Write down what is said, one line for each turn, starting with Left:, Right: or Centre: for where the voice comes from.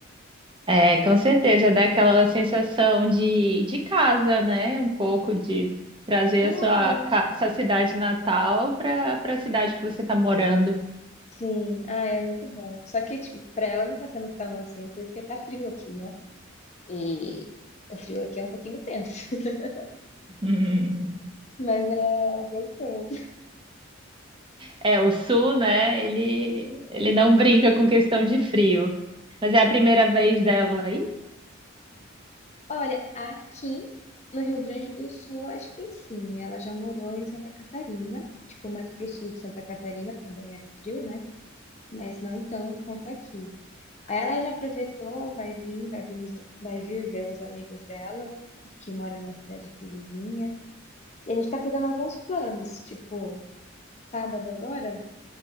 Right: É, com certeza, dá aquela sensação de, de casa, né? Um pouco de trazer
Left: Uhum.
Right: a sua, ca- sua cidade natal para para a cidade que você está morando.
Left: Sim, ah, é muito bom. Só que, tipo, pra ela não tá sendo tão assim, porque tá frio aqui, né? E o frio aqui é um pouquinho tenso. <laughs>
Right: <laughs>
Left: Mas é gostoso.
Right: É, o sul, né? Ele, ele não brinca com questão de frio. Mas é a
Left: É.
Right: primeira vez dela aí?
Left: Olha, aqui no Rio Grande do Sul, acho que sim. Ela já morou em Santa Catarina, tipo, mais pro sul de Santa Catarina também era frio, né? Mas não tanto quanto aqui. Aí Ela já aproveitou, vai vir, vai vir, uns- vai vir ver uns amigos dela, que moram numa cidade aqui vizinha. E a gente tá fazendo alguns planos, tipo, sábado agora